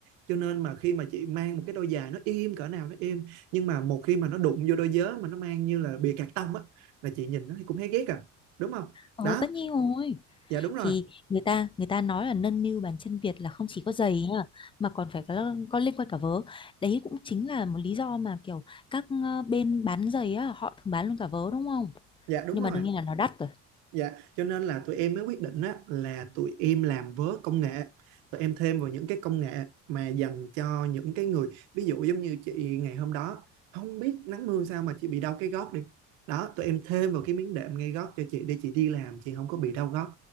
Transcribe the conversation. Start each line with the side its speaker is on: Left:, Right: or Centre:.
Right: cho nên mà khi mà chị mang một cái đôi giày nó im cỡ nào nó im nhưng mà một khi mà nó đụng vô đôi giớ mà nó mang như là bìa cạc tông á là chị nhìn nó thì cũng thấy ghét à đúng không
Left: Ồ,
Right: đó
Left: tất nhiên rồi.
Right: dạ đúng rồi
Left: Thì người ta người ta nói là nâng niu bàn chân Việt là không chỉ có giày nha, mà còn phải có, có liên quan cả vớ. Đấy cũng chính là một lý do mà kiểu các ờ, bên bán giày á, họ thường bán luôn cả vớ đúng không?
Right: dạ đúng
Left: Nhưng
Right: rồi
Left: mà đương nhiên là nó đắt rồi.
Right: Dạ, cho nên là tụi em mới quyết định á, là tụi em làm vớ công nghệ. Tụi em thêm vào những cái công nghệ mà dành cho những cái người, ví dụ giống như chị ngày hôm đó, không biết nắng mưa sao mà chị bị đau cái gót đi. Đó, tụi em thêm vào cái miếng đệm ngay gót cho chị để chị đi làm, chị không có bị đau gót.